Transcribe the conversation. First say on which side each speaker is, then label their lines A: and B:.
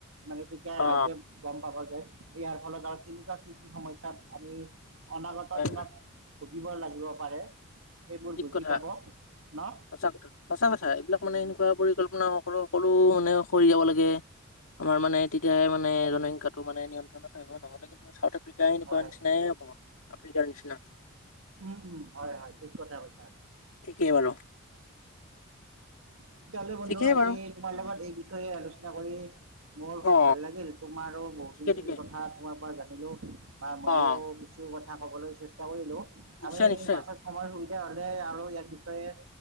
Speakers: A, on the right; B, on the left.
A: মানে তেতিয়া
B: অ
A: ৰাইজে গম পাব যে ইয়াৰ ফলত আৰু কেনেকুৱা কি কি সমস্যাত আমি অনাগত
B: হয়
A: দিনত
B: হয়
A: ভুগিব লাগিব পাৰে। সেইবোৰ
B: ঠিক
A: বুজি
B: কথা
A: পাব ন
B: সঁচা কথা সঁচা কথা এইবিলাক মানে এনেকুৱা পৰিকল্পনা হওক সকল সকলো মানে সৰি যাব লাগে। আমাৰ মানে তেতিয়ে মানে জনসংখ্যাটো মানে নিয়ন্ত্ৰণত থাক নহ'লে কিন্তু চাও আফ্ৰিকা এনেকুৱা
A: হয়
B: নিচিনাইে হ'ব আফ্ৰিকাৰ নিচিনা।
A: উম উম হয় হয় ঠিক কথা কৈছা।
B: ঠিকেই বাৰু।
A: তেতিয়াহলে বন্ধু
B: ঠিকেই
A: আজি
B: বাৰু
A: তোমাৰ লগত এই বিষয়ে আলোচনা না কৰি মোৰ খুব
B: অ
A: ভাল লাগিল তোমাৰো বহুখিনি
B: ঠিকে ঠিকে
A: কথা তোমাৰ পৰা জানিলো বা ময়ো
B: অ।
A: কিছু কথা কবলৈ চেষ্টা কৰিলো
B: নিশ্চয়
A: আমি
B: নিশ্চয়
A: পাছত সময় সুবিধা হলে আৰু ইয়াৰ বিষয়ে